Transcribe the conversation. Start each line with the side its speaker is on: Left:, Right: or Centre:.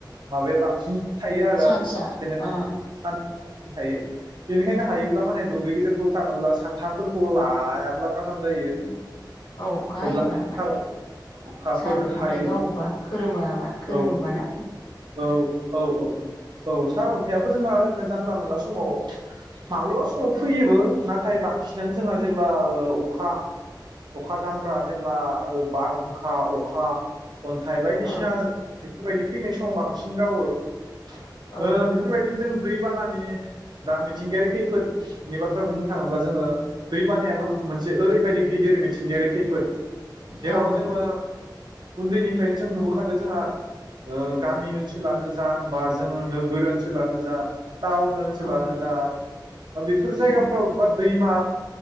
Right: माबाया बांसिन थायो आरो
Left: सान्सआ
Right: जेनेबा
Left: ओ
Right: सान थायो बेनिखायनो हायोब्ला माने दुब्लि गेजेरफोराव थाङोब्ला साथाफोरखौ लायाब्ला गाहाम जायो
Left: औ अखा हायोबा
Right: अब्ला
Left: माने
Right: सार अखाफोर
Left: सार
Right: हायोबा
Left: अन्थाइ गावोबा खोरोमाबा खोरोमोबा
Right: औ
Left: ना
Right: औ औ औ औ औ सारअन्थाइआबो जोंहा ओरैनो जानला मोनला समाव माब्लाबा समाव फैयोबो नाथाय बांसिनानो जोंहा जेब्ला अखा अखा दामब्रा जेब्ला बारहुंखा अखा अन्थाइ बायदिसिना
Left: औ
Right: बेबायदि फैनाय समाव बांसिन गावो। ओ
Left: औ
Right: बेफोरबायदिनो जों दैबानानि दा मिथिंगायारि खैफोदनि बाथ्रा बुंनो थाङोब्ला जोङो दैबानायाबो
Left: औ
Right: मोनसे ओरैबायदि गिदिर मिथिंगायारि खैफोद। जेराव
Left: औ नंगौ
Right: जोङो उन्दैनिफ्रायनो जों नुबोखादों जोंहा गामि ओनसोलानो जा बा जोङो नोगोर ओनसोलानो जा टाउन ओनसोलानो
Left: औ
Right: जा बा बेफोर जायगाफ्राव बा दैमा